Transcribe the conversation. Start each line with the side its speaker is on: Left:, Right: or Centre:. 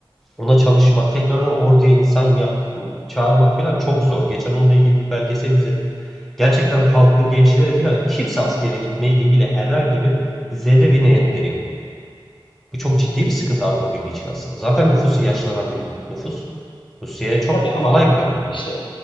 Centre: ona çalışmak, tekrardan orduya insan yap, çağırmak falan çok zor. Geçen onunla ilgili bir belgesel izledim. Gerçekten halkı, gençleri falan kimse askere gitmeyle ilgili herhangi bir zerre bir niyetleri yok. Bu çok ciddi bir sıkıntı Avrupa Birliği için aslında. Zaten nüfusu yaşlanan bir nüfus. Rusya'ya çok
Left: Tabii ama
Centre: kolay bir lokma.
Left: işte